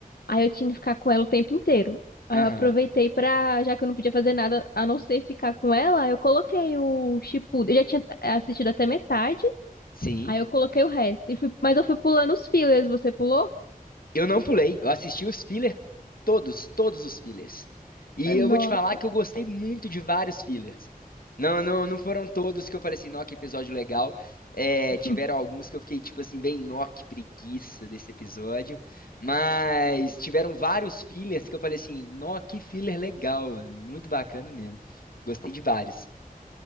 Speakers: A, on the left (about 80°); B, on the left (about 70°).
A: aí eu tinha que ficar com ela o tempo inteiro. Aí
B: Aham.
A: eu aproveitei pra, já que eu não podia fazer nada a não ser ficar com ela, eu coloquei o Shippuden. Eu já tinha assistido até metade,
B: Sim.
A: aí eu coloquei o resto. E fui- mas eu fui pulando os fillers, você pulou?
B: Eu não pulei, eu assisti os fillers todos, todos os fillers. E eu
A: Nossa.
B: vou te falar que eu gostei muito de vários fillers. Não, não, não foram todos que eu falei assim, nó, que episódio legal. É,
A: <laughs>
B: tiveram alguns que eu fiquei tipo assim, bem, nó, que preguiça desse episódio. Mas tiveram vários fillers que eu falei assim, nó, que filler legal, é muito bacana mesmo. Gostei de vários.